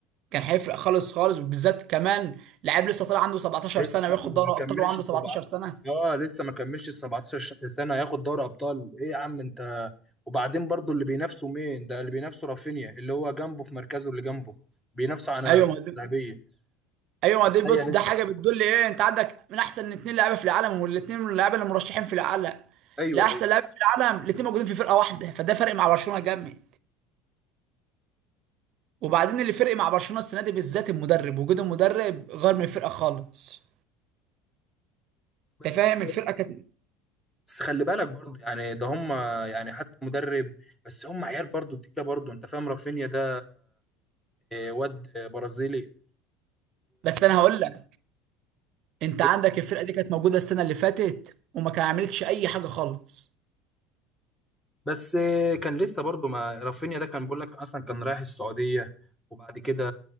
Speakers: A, on the right; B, in the centre.
A: كان هيفرق خالص خالص وبالذات كمان لعيب لسه طالع عنده 17
B: لسه
A: سنه وياخد
B: ما
A: دوري ابطال
B: كملش
A: وعنده
B: ال
A: 17
B: 17
A: سنه
B: اه لسه ما كملش ال 17 سنه ياخد دوري ابطال ايه يا عم انت وبعدين برضو اللي بينافسه مين ده اللي بينافسه رافينيا اللي هو جنبه في مركزه اللي جنبه بينافسه على
A: ايوه
B: كرة
A: ما دي
B: ذهبيه
A: ايوه
B: تخيل
A: ما دي بص
B: انت
A: ده حاجه
B: بقى.
A: بتدل ايه انت عندك من احسن اتنين لعيبه في العالم والاثنين من اللعيبه اللي مرشحين في العالم
B: ايوه
A: لاحسن
B: ايوه
A: لعيبه في العالم الاثنين موجودين في فرقه واحده فده فرق مع برشلونه جامد وبعدين اللي فرق مع برشلونه السنه دي بالذات المدرب وجود المدرب غير من الفرقه خالص
B: بس
A: انت فاهم الفرقه كانت
B: بس خلي بالك برضو يعني ده هم يعني حتى مدرب بس هم عيال برضو تقيله برضو انت فاهم رافينيا ده آه، واد برازيلي
A: بس انا هقول لك انت
B: و-
A: عندك الفرقه دي كانت موجوده السنه اللي فاتت وما كان عملتش اي حاجه خالص
B: بس آه، كان لسه برضه ما رافينيا ده كان بيقول لك اصلا كان رايح السعوديه وبعد كده